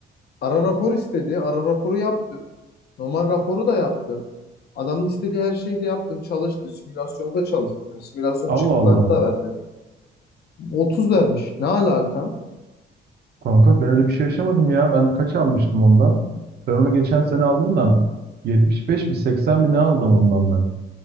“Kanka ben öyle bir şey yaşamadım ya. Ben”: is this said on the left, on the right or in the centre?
Right